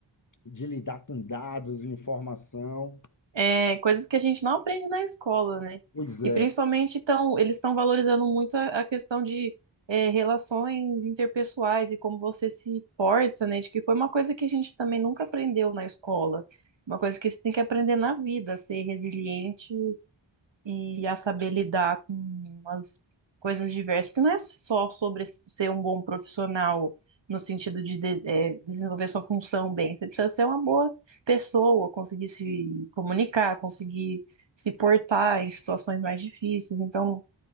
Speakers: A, on the left; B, on the right.
A: de lidar com dados e informação.
B: é, coisas que a gente não aprende na escola, né?
A: Pois é,
B: E principalmente então, eles estão valorizando muito a, a questão de é, relações interpessoais e como você se porta, né? De que foi uma coisa que a gente também nunca aprendeu na escola, uma coisa que você tem que aprender na vida, ser resiliente e a saber lidar com as coisas diversas, porque não é só sobre ser um bom profissional no sentido de, de- é, desenvolver sua função bem, você precisa ser uma boa pessoa, conseguir se comunicar, conseguir se portar em situações mais difíceis. Então,